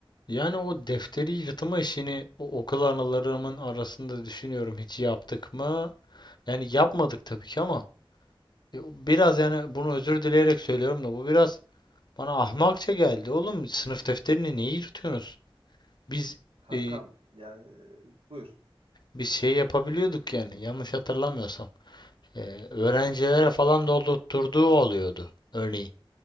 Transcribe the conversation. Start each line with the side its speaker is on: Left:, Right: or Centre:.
Left: Yani o defteri yırtma işini o okul anılarımın arasında düşünüyorum hiç yaptık mı? Yani yapmadık tabii ki ama e, biraz yani bunu özür dileyerek söylüyorum da bu biraz bana ahmakça geldi. Oğlum sınıf defterini niye yırtıyorsunuz? Biz
Right: Kankam
Left: e,
Right: yani e, buyur.
Left: biz şey yapabiliyorduk yani yanlış hatırlamıyorsam. E, öğrencilere falan doldurtturduğu oluyordu örneğin.